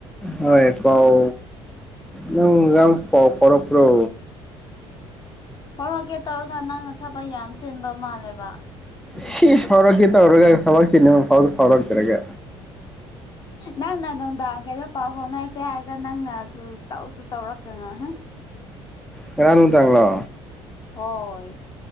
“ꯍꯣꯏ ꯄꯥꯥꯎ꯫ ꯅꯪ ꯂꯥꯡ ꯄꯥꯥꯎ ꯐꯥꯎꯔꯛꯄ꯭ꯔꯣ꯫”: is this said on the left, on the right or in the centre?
Centre